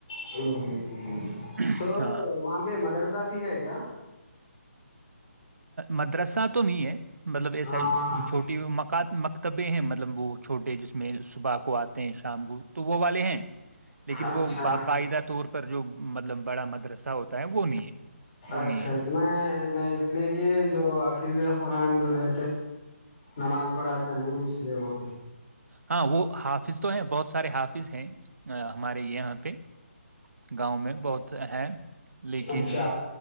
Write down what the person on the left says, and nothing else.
ج جی
تو
وہاں پہ مدرسہ بھی ہے کیا
ہاں
اچھا
اچھا
میں نہیں اس لیے کہ جو آفظ قرآن جو رہ نماز پڑھاتے نہیں اس لیے وہ
اچھا